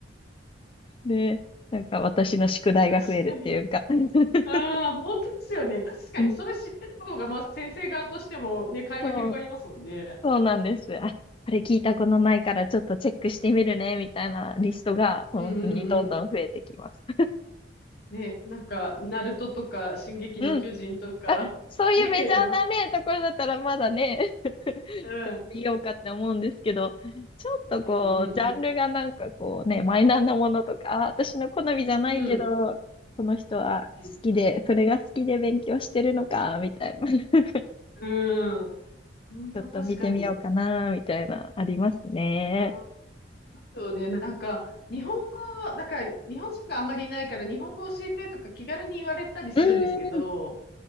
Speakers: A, on the left; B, on the left.
A: で、なんか私の宿題が増えるっていうか
B: た確かに。
A: <laughs>
B: ああ、本当ですよね。確かに、
A: うん、
B: それ知ってた方が、まあ、先生側としてもね、会話広がりますもんね。
A: そう、そうなんです。あ、あれ聞いたことないからちょっとチェックしてみるね、みたいなリストが本当にどんどん増えてきます。
B: うんうんうん。ね、なんか、ナルトとか、進撃の巨人とか、
A: うん。あ、そういうメジャーなね、
B: <laughs> ねえ、ば
A: ところだったらまだね、<laughs>
B: うん、
A: 見ようかって思うんですけど、ちょっとこう、
B: うんうん
A: ジャンルがなんかこうね、マイナーなものとか、あ、私の好みじゃないけど、
B: うん。うん、
A: この人は好きで、
B: うん。
A: それが好きで勉強してるのか、みたいな。<laughs>
B: うん。本当確かに。
A: ちょっと見てみようかな、みたいな、ありますね。
B: うん。そうで、なんか、日本語は、だから、日本人があんまりいないから、日本語教えてとか気軽に言われたりするんですけど、
A: うーん。